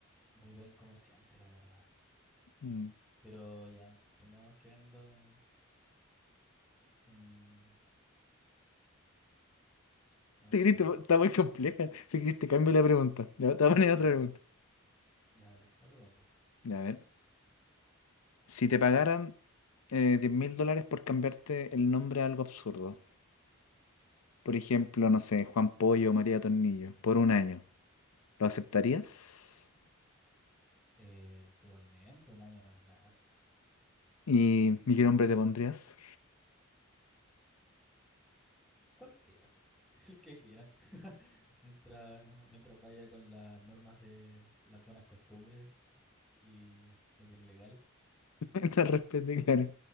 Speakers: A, in the centre; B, on the left (about 85°).
A: muy buen comerciante, la verdad.
B: Mm.
A: Pero ya, pongamos que vendo un, no
B: Si
A: sé,
B: querés, te- está muy compleja. Si querés, te cambio
A: un,
B: la
A: hie-
B: pregunta. Ya, te
A: un
B: voy a poner
A: hielo
B: otra
A: con...
B: pregunta.
A: Ya, dale, otra pregunta.
B: Ya, A ver, si te pagaran eh, 10 mil dólares por cambiarte el nombre a algo absurdo, por ejemplo, no sé, Juan Pollo o María Tornillo, por un año, ¿lo aceptarías?
A: Eh, totalmente, un año no es nada.
B: ¿Y mi qué nombre te pondrías?
A: Cualquiera, <laughs> el que quieran. Mientras, mientras vaya con las normas de las buenas costumbres y lo que es legal.
B: <laughs> Te respeto, claro.